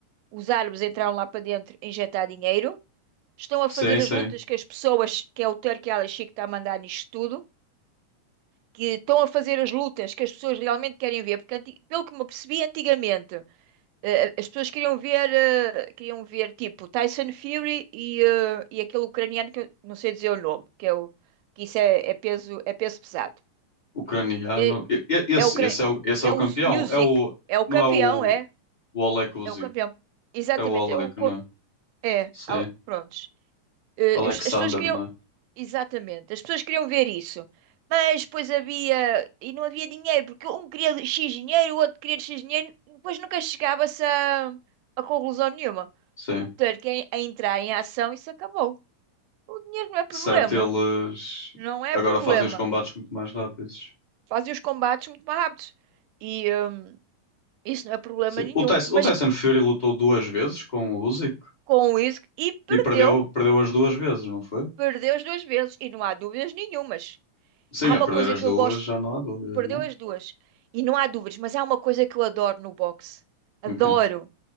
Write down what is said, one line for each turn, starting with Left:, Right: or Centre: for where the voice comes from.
Right: os árabes entraram lá para dentro injetar dinheiro. Estão a
Left: Sim,
Right: fazer as
Left: sim.
Right: lutas que as pessoas, que é o Turki Al Sheikh que está a mandar nisto tudo, que estão a fazer as lutas que as pessoas realmente querem ver. Porque, anti- pelo que me percebi antigamente, eh, eh, as pessoas queriam ver, eh, queriam ver tipo Tyson Fury e, eh, e aquele ucraniano que eu não sei dizer o nome, que é o, que isso é é peso, é peso pesado.
Left: Ucraniano.
Right: E
Left: E- e- Esse,
Right: é o cre-
Left: esse, é o, esse
Right: é
Left: é o
Right: o
Left: campeão.
Right: Usyk,
Left: É o,
Right: é o
Left: não
Right: campeão,
Left: é o,
Right: é,
Left: o Oleg Usyk.
Right: é o campeão. Exatamente,
Left: É o Oleg,
Right: é o co-
Left: não é?
Right: é,
Left: Sim.
Right: al- prontos. Eh,
Left: Alexander,
Right: os- As pessoas queriam
Left: não é?
Right: exatamente, as pessoas queriam ver isso. Mas depois havia e não havia dinheiro, porque um queria X dinheiro, o outro queria X dinheiro, depois nunca chegava-se a, a conclusão nenhuma.
Left: Sim.
Right: O ter que en- a entrar em ação, isso acabou. O dinheiro não é problema,
Left: Certo, eles
Right: não é
Left: agora
Right: problema.
Left: fazem os combates muito mais rápidos.
Right: Fazem os combates muito mais rápidos. E, eh, isso não é problema
Left: Sim.
Right: nenhum.
Left: O Tyson,
Right: Mas
Left: o Tyson Fury lutou duas vezes com o Usyk
Right: com isso e perdeu.
Left: e perdeu, perdeu as duas vezes, não foi?
Right: Perdeu as duas vezes e não há dúvidas nenhumas.
Left: Sim,
Right: Há
Left: a
Right: uma
Left: perder
Right: coisa
Left: as
Right: que
Left: duas
Right: eu gosto,
Left: já não há dúvidas,
Right: perdeu
Left: não
Right: as duas e não há dúvidas, mas há uma coisa que eu adoro no boxe. Adoro,
Left: é? O quê?